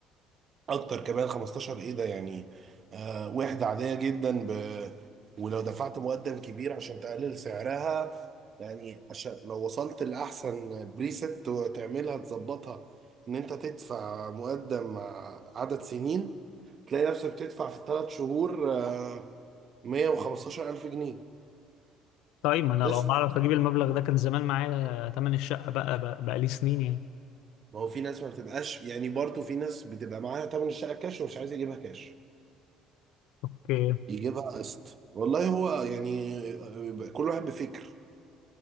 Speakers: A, on the right; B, on the left.
A: اكتر كمان 15 ايه ده يعني آه وحده عاديه جدا ب... ولو دفعت مقدم كبير عشان تقلل سعرها يعني عشان لو وصلت لاحسن بريست تعملها تظبطها ان انت تدفع مقدم مع عدد سنين تلاقي نفسك تدفع في الثلاث شهور آه، 115 ألف جنيه
B: طيب ما انا
A: قسط
B: لو بعرف اجيب المبلغ ده كان زمان معايا تمن الشقه بقى بقى, بقى لي سنين يعني
A: ما هو في ناس ما بتبقاش يعني برضه في ناس بتبقى معاها تمن الشقه كاش ومش عايز يجيبها كاش
B: اوكي
A: يجيبها قسط والله هو يعني آه، كل واحد بفكر